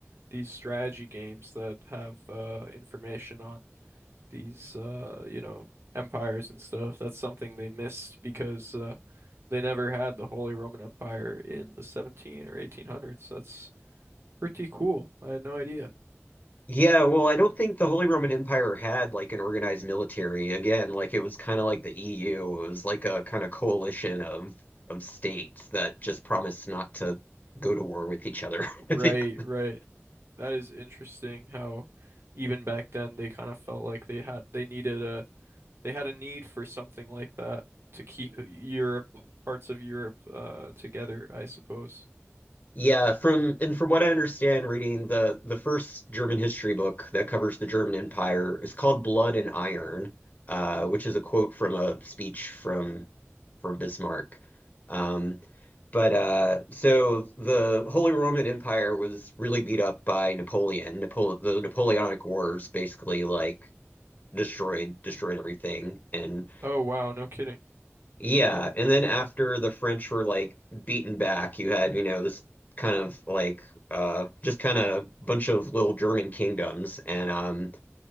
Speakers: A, on the right; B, on the left.
A: these strategy games that have uh information on these uh you know empires and stuff, that's something they missed because uh they never had the Holy Roman Empire in the 17 or 1800s. That's pretty cool. I had no idea.
B: Yeah, well, I don't think the Holy Roman Empire had like an organized military. Again, like it was kind of like the EU. It was like a kind of coalition of of states that just promised not to go to war with each other. <laughs>
A: Right,
B: I think.
A: right. That is interesting how even back then they kind of felt like they had they needed a they had a need for something like that to keep Europe, parts of Europe, uh, together, I suppose.
B: Yeah, from and from what I understand, reading the the first German history book that covers the German Empire is called Blood and Iron, uh, which is a quote from a speech from from Bismarck. Um, but uh, so the Holy Roman Empire was really beat up by Napoleon. Napole the Napoleonic Wars basically like destroyed destroyed everything, and
A: Oh, wow, no kidding.
B: yeah, and then after the French were like beaten back, you had, you know, this kind of like uh just kind of bunch of little German kingdoms and um